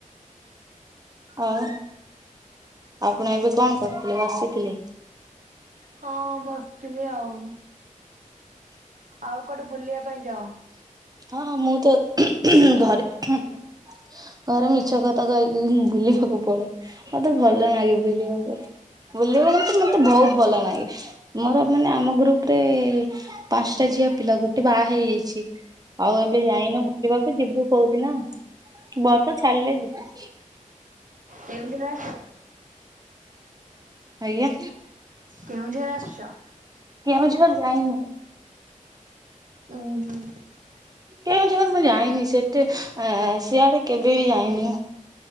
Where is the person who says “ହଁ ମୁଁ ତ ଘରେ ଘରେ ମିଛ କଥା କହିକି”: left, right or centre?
Right